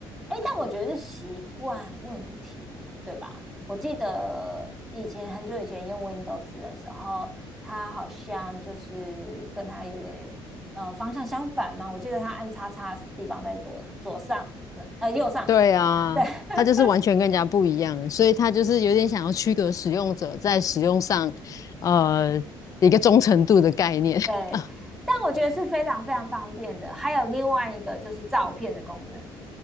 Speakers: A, in the centre; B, on the left (about 40°).
A: 哎，但我觉得是习惯问题，对吧？我记得以前很久以前用 Windows 的时候，它好像就是跟它有点呃方向相反嘛。我记得它按叉叉的地方在左左上，呃右上，
B: 对啊，
A: 对 <laughs>
B: 它就是完全跟人家不一样，所以它就是有点想要区隔使用者在使用上，呃，一个忠诚度的概念。
A: 对。
B: <laughs>
A: 但我觉得是非常非常方便的。还有另外一个就是照片的功能，